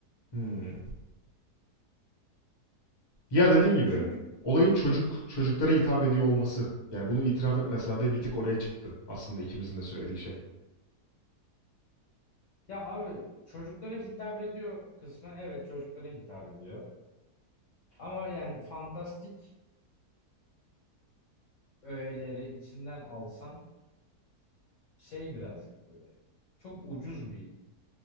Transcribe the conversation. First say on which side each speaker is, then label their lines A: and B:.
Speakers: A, on the left; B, on the left.
A: Hmm. Ya dediğim gibi
B: Çünkü
A: olayın çocuk çocuklara hitap ediyor olması. Yani bunu itiraf etmeseler de bir tık oraya çıktı aslında ikimizin de söylediği şey.
B: ya abi çocuklara hitap ediyor kısmı evet çocuklara hitap ediyor. Ama yani fantastik öğeleri içinden alsan şey birazcık böyle. Çok ucuz bir